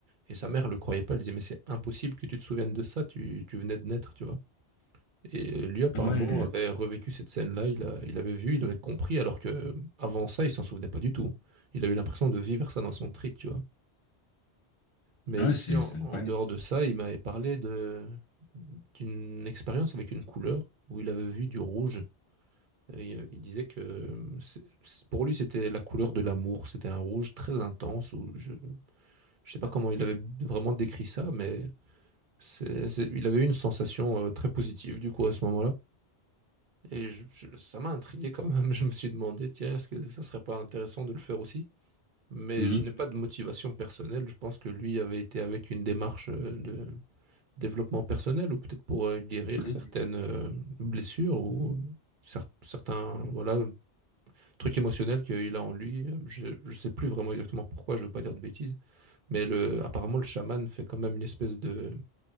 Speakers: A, on the right; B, on the left.
A: Et sa mère le croyait pas, elle disait, mais c'est impossible que tu te souviennes de ça, tu, tu venais de naître, tu vois. Et lui, apparemment,
B: Ah ouais,
A: avait revécu cette scène-là, il a- il avait vu, il avait compris, alors que avant ça, il s'en souvenait pas du tout. Il a eu l'impression de vivre ça dans son trip, tu vois. Mais
B: ah
A: aussi,
B: ouais, c'est
A: en,
B: c'est incroyable.
A: en dehors de ça, il m'avait parlé de, d'une expérience avec une couleur où il avait vu du rouge. Et, euh, il disait que c'est- c'est- pour lui, c'était la couleur de l'amour. C'était un rouge très intense. Où je ne sais pas comment il avait vraiment décrit ça, mais C'est- c'est- il avait eu une sensation euh, très positive du coup à ce moment-là. Et je- je- ça m'a intrigué quand même. <laughs> Je me suis demandé, tiens, est-ce que ça serait pas intéressant de le faire aussi? Mais
B: Mhm.
A: je n'ai pas de motivation personnelle. Je pense que lui avait été avec une démarche euh, de développement personnel ou peut-être pour euh, guérir
B: Oui,
A: certaines euh, blessures ou cer- certains voilà trucs émotionnels qu'il a en lui. Je ne sais plus vraiment exactement pourquoi. Je ne veux pas dire de bêtises. Mais le, apparemment, le chaman fait quand même une espèce de